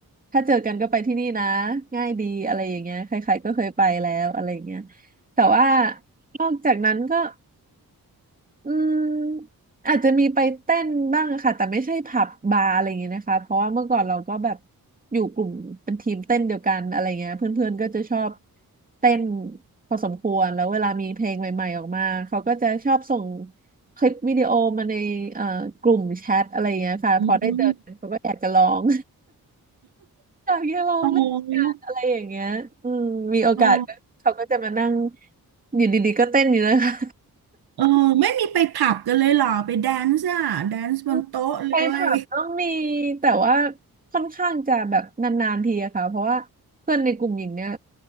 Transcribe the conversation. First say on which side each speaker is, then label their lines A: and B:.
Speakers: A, on the right; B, on the right.
A: ถ้าเจอกันก็ไปที่นี่นะง่ายดีอะไรอย่างเงี้ยใครๆก็เคยไปแล้วอะไรอย่างเงี้ย แต่ว่านอกจากนั้นก็อืมอาจจะมีไปเต้นบ้างค่ะแต่ไม่ใช่ผับบาร์อะไรอย่างเงี้ยนะคะเพราะว่าเมื่อก่อนเราก็แบบอยู่กลุ่มเป็นทีมเต้นเดียวกันอะไรเงี้ยเพื่อนๆก็จะชอบเต้นพอสมควรแล้วเวลามีเพลงใหม่ๆออกมาเขาก็จะชอบส่งคลิปวิดีโอมาในเอ่อกลุ่มแชทอะไรเงี้ยค่ะพอได้เจอกันเขาก็อยากจะร้อง
B: อืม
A: อยากจะลองเล่นกานอะไรอย่างเงี้ยอืมมีโอกาสก็เขาก็จะมานั่ง
B: อ๋ออ๋อ
A: อยู่ดีๆก็เต้นอยู่นะคะ
B: เออไม่มีไปผับกันเลยเหรอไปแดนซ์อ่ะแดนซ์บนโต๊ะเลย
A: อืมไปผับต้องมีแต่ว่าค่อนข้างจะแบบนานๆทีอะค่ะเพราะว่าเพื่อนในกลุ่มหญิงเนี่ย